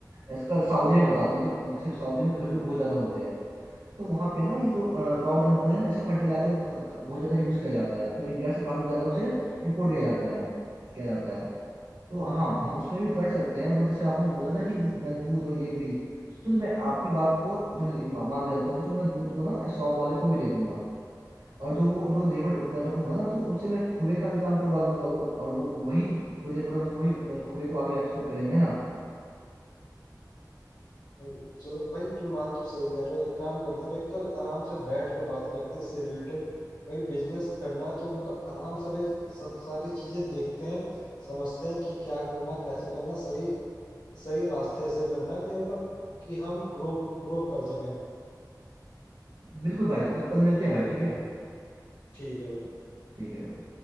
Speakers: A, on the right; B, on the left.
A: इसका सऊदी में बताता हूँ जो- जैसे सऊदी में खजूर बहुत ज्यादा होते हैं तो वहाँ पे ना ये जो काउडंग जो है ना ऐसे फर्टिलाइजर बहुत ज्यादा यूज किया जाता है तो इंडिया से काफी ज्यादा उसे इम्पोर्ट किया जाता है यहाँ पे किया जाता है तो हाँ हम उसमें भी कर सकते हैं बट जैसे आपने बोला ना कि मैं दूध और ये घी तो चलो मैं आपकी बात को जो ले- मा- मान के चलता हूँ कि चलो मैं दूध को ना शॉप वाले को भी दे दूंगा और जो वो जो लेबर मैं रखूंगा ना तो उससे मैं खुए का भी काम करवा लूंगा वो और वो वही जो लेबर होंगे वही अ, खुए को आगे एक्सपोर्ट करेंगे है ना
B: भाई चलो भाई तुम बात तो सही कह रहे हो एक काम करते भाई कल आराम से बैठ के बात करते हैं इससे रिलेटेड भाई बिजनेस करना है तो मतलब आराम से भाई सब सारी चीजें देखते हैं समझते हैं कि क्या करना कैसे करना सही सही रास्ते से करना है कि मतलब कि हम ग्रो ग्रो कर सकें
A: बिल्कुल भाई तो कल मिलते हैं भाई ठीक है
B: ठीक है भाई
A: ठीक है भाई